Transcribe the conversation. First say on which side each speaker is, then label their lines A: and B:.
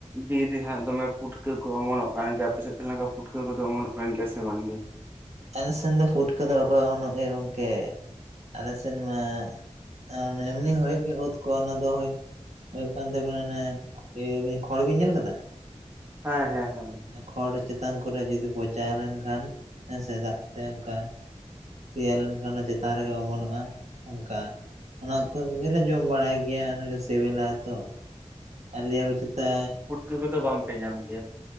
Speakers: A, on the right; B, on the right.
A: ᱵᱤᱨ ᱨᱮᱦᱟᱸᱜ ᱫᱚᱢᱮ ᱯᱩᱴᱠᱟᱹ ᱠᱚ ᱚᱢᱚᱱᱚᱜ ᱠᱟᱱ ᱜᱮᱭᱟ, ᱟᱯᱮ ᱥᱮᱫ ᱛᱟᱦᱞᱮ ᱱᱚᱝᱠᱟ ᱯᱩᱴᱠᱟᱹ ᱠᱚᱫᱚ ᱚᱢᱚᱱᱚᱜ ᱠᱟᱱ ᱜᱮᱭᱟ ᱥᱮ ᱵᱟᱝ ᱜᱮ?
B: ᱟᱞᱮ ᱥᱮᱱ ᱫᱚ ᱯᱩᱴᱠᱟᱹ ᱫᱚ ᱵᱟᱠᱚ ᱚᱢᱚᱱᱚᱜ ᱜᱮᱭᱟ ᱜᱚᱝᱠᱮ ᱟᱞᱮ ᱥᱮᱱ ᱢᱟ ᱟᱸ ᱚᱱᱮ ᱮᱢᱱᱤ ᱦᱩᱭᱩᱜ ᱜᱮᱭᱟ ᱩᱫ ᱠᱚ ᱚᱱᱟ ᱫᱚ ᱦᱳᱭ ᱦᱩᱭᱩᱜ ᱠᱟᱱ ᱛᱟᱵᱤᱱᱟ ᱚᱱᱮ ᱤᱭᱟᱹᱵᱤ ᱠᱷᱚᱸᱲ ᱵᱤᱱ ᱧᱮᱞ ᱠᱟᱫᱟ?
A: ᱦᱮᱸ ᱦᱮᱸ ᱦᱟᱱᱤ
B: ᱠᱷᱚᱲ ᱪᱮᱛᱟᱱ ᱠᱚᱨᱮ ᱡᱩᱫᱤ ᱯᱚᱪᱟ ᱞᱮᱱᱠᱷᱟᱱ ᱦᱮᱸ ᱥᱮ ᱫᱟᱜ ᱛᱮ ᱚᱝᱠᱟ ᱥᱮᱭᱟ ᱞᱮᱱᱠᱷᱟᱱ ᱚᱱᱟ ᱪᱮᱛᱟᱱ ᱨᱮᱜᱮ ᱚᱢᱚᱱᱚᱜᱼᱟ ᱚᱝᱠᱟ᱾ ᱚᱱᱟ ᱠᱚᱜᱮᱞᱮ ᱡᱚᱢ ᱵᱟᱲᱟᱭ ᱜᱮᱭᱟ ᱚᱱᱟᱜᱮ ᱥᱮᱵᱮᱞᱟ ᱛᱚ ᱟᱨᱞᱮᱭᱟ ᱠᱚ ᱪᱮᱛᱟ
A: ᱠᱟᱹ ᱠᱚᱫᱚ ᱵᱟᱝᱯᱮ ᱧᱟᱢ ᱜᱮᱭᱟ?